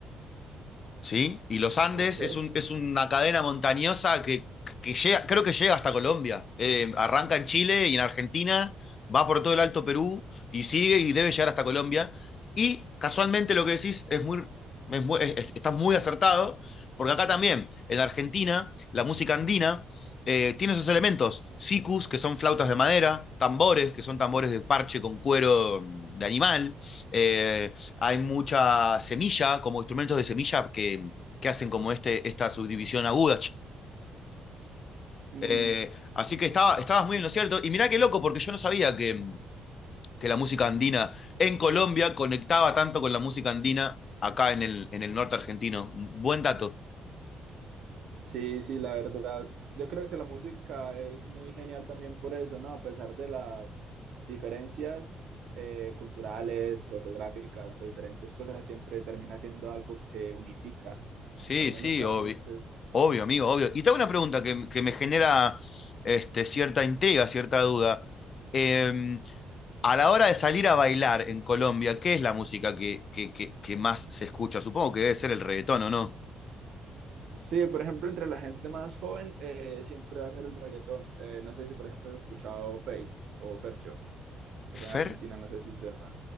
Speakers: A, on the left; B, on the right.
A: ¿sí? Y los Andes
B: Ok.
A: es, un, es una cadena montañosa que, que llega, creo que llega hasta Colombia. Eh, arranca en Chile y en Argentina, va por todo el Alto Perú y sigue y debe llegar hasta Colombia. Y casualmente lo que decís es muy, es muy es, estás muy acertado, porque acá también, en Argentina, la música andina eh, tiene esos elementos, sikus, que son flautas de madera, tambores, que son tambores de parche con cuero de animal, eh, hay mucha semilla, como instrumentos de semilla que, que hacen como este, esta subdivisión aguda.
B: Mm,
A: eh, así que estaba, estabas muy en lo cierto. Y mirá qué loco, porque yo no sabía que, que la música andina en Colombia conectaba tanto con la música andina acá en el, en el norte argentino. Buen dato.
B: Sí, sí, la verdad. Yo creo que la música es muy genial también por eso, ¿no? A pesar de las diferencias eh, culturales, o geográficas o diferentes cosas, siempre termina siendo algo que unifica.
A: Sí,
B: Al menos
A: sí,
B: para
A: obvio,
B: mí esto es...
A: obvio amigo, obvio. Y tengo una pregunta que, que me genera este, cierta intriga, cierta duda. Em, a la hora de salir a bailar en Colombia, ¿qué es la música que, que, que, que más se escucha? Supongo que debe ser el reggaetón, ¿o no?
B: Sí, por ejemplo, entre la gente más joven eh, siempre va a ser el reggaetón. Eh, no sé si, por ejemplo, has escuchado Fate o Fercho, allá en
A: Fer,
B: Argentina, no sé si será.